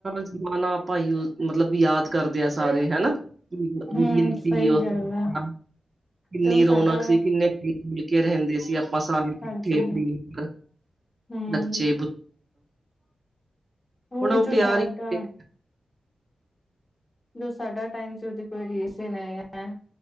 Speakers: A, on the right; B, on the left.
A: ਜ਼ਮਾਨਾ ਆਪਾਂ ਯੂ ਮਤਲਬ ਵੀ ਯਾਦ ਕਰਦੇ ਆ ਸਾਰੇ ਹਨਾ <unintelligible>
B: ਹਮ ਸਹੀ ਗੱਲ ਆ
A: ਕਿੰਨੀ
B: ਜੋ
A: ਰੌਣਕ
B: ਸਾਡਾ
A: ਸੀ ਕਿੰਨੇ ਮਿਲ ਕੇ ਰਹਿੰਦੇ ਸੀ ਆਪਾਂ ਸਾਰੇ
B: ਹਾਂਜੀ
A: ਇਕਠੇ ਪ੍ਰੀਤ
B: ਹਮ
A: ਬੱਚੇ
B: ਉਹੀ
A: ਹੁਣ ਓ
B: ਜੋ
A: ਪਿਆਰ
B: ਸਾਡਾ
A: ਹੀ ਨੀ ਰਿਹਾ।
B: ਜੋ ਸਾਡਾ ਟਾਈਮ ਸੀ। ਉਹਦੀ ਕੋਈ ਰੀਸ ਨਹੀਂ ਐ